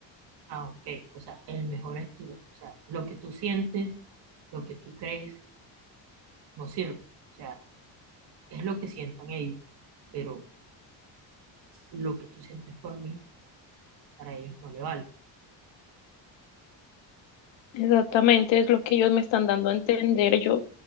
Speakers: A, on the right (about 60°); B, on the left (about 75°).
A: Ah, ok, o sea, el mejor estilo, o sea, lo que tú sientes, lo que tú crees, no sirve. O sea, es lo que sientan ellos, pero Lo que tú sientes por mí, para ellos no le vale.
B: Exactamente, es lo que ellos me están dando a entender. Yo,